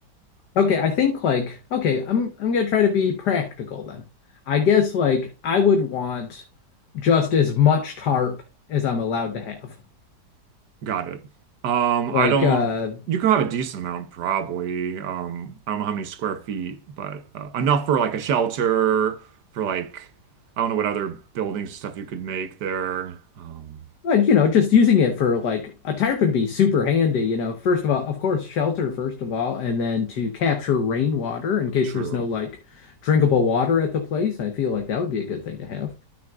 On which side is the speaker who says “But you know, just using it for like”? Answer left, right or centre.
Left